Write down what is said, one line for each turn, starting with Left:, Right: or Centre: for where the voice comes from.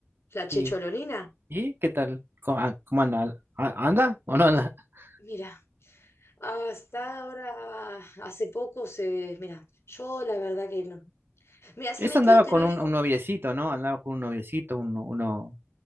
Left: la chechololina,
Right: Sí. ¿Y qué tal? ¿Cómo, ah, cómo anda? ¿A- ¿Anda o no anda? <laughs>
Left: mira, hasta ahora, hace poco se, mira, yo la verdad que no. Mira, se
Right: Esa
Left: metió,
Right: andaba
Left: te
Right: con
Left: lo digo.
Right: un, un noviecito, ¿no? Andaba con un noviecito, un- uno,